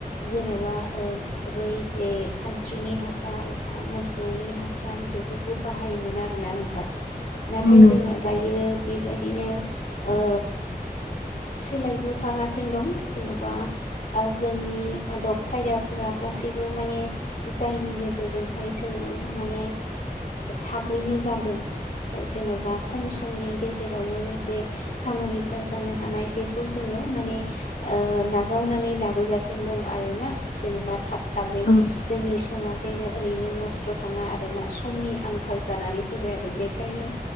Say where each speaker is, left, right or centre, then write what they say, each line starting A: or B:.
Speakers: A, on the left (about 60°); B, on the left (about 80°).
A: जेन'बा ओ बै जे खानस्रिनि हासार बा मोसौनि हासार बेफोर बेखौ बाहायोमोन आरोना नोंथां। नाथाय
B: औ नंगौ औ नंगौ
A: जोङो
B: औ
A: दायो बेबायदिनो ओ सोलायबो फागासिनो दं जेन'बा आ जोंनि आदब खायदाफोरा गासैबो माने जायनि गेजेरजोंहाय जोङो माने थाबैनो जागोन। ओ जेन'बा खम समनि गेजेरावनो जे खामानिफ्रा जानो हानाय बेखौ जोङो माने ओ नाजावनानै लाबोगासिनो दं आरोना जेन'बा थाब थाबै
B: थारैनो
A: जोंनि समाज जेङो ओरैनो नस्थ' थाङा आरोना समनि आंखाल जानानै फैबाय आरो बेखायनो